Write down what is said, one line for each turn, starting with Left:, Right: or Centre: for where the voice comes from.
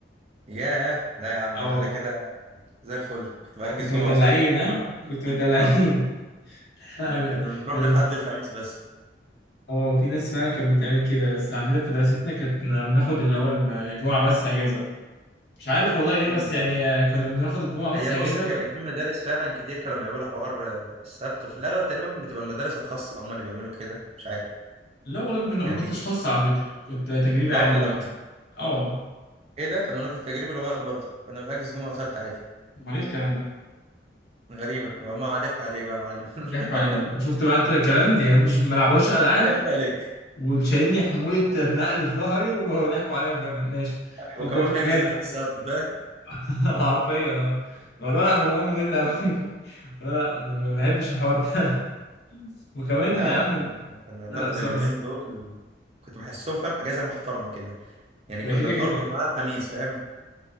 Right: ياه لا يا عم
Left: اه
Right: ده انا على كده زي الفل كنت بأجز
Left: كنت
Right: جمعه
Left: مدلعين
Right: وسبت
Left: ها كنت
Right: <laughs>
Left: مدلعين
Right: اه
Left: <laughs>
Right: كنا بنروح
Left: كان
Right: من الحد للخميس بس
Left: اه في ناس فعلا كانت بتعمل كده بس عندنا في مدرستنا كانت بناخد اللي هو الجمعه بس اجازه مش عارف والله ليه
Right: ايوه
Left: بس يعني آه، كنا بناخد الجمعه بس
Right: هي
Left: اجازه
Right: بص ك-
Left: ب...
Right: كان في مدارس فعلا كتير كانوا بيعملوا حوار آه، السبت وفي الاغلب تقريبا بتبقى المدارس الخاصه هم اللي بيعملوا كده مش عارف
Left: لا والله ما كنا
Right: يعني
Left: ما كنتش خاص على فكره كنت تجريبي
Right: لا
Left: عادي
Right: والله
Left: دلوقتي اه والله
Right: ايه ده طب ما انا كنت تجريبي لغايه برضه كنا بنأجز جمعه وسبت عادي
Left: امال ايه الكلام ده
Right: غريبه هم ضحكوا عليك بقى يا معلم <laughs>
Left: بيضحكوا علينا وشفت بقى انت الكلام ده، يعني مش ما لعبوناش الالعاب
Right: ضحكوا عليك
Left: ومشايلني حمولة النقل في ظهري وضحكوا عليا كمان ماشي طب
Right: وكمان
Left: ده في الأجازة
Right: بينزلوا
Left: حتى
Right: لي السبت فاهم
Left: <laughs> حرفيا اه الموضوع لا مهم ممل أوي <laughs> لا لا ده ما بحبش الحوار ده <laughs> وكمان
Right: لا
Left: يا عم
Right: لا، كنا
Left: لا
Right: بناخد
Left: لا بس
Right: اليومين
Left: بس
Right: دول كنت بحسهم فاهم اجازه محترمه كده يعني
Left: ده
Right: كنا
Left: كده
Right: بنربط
Left: كده يعني.
Right: معاها الخميس فاهم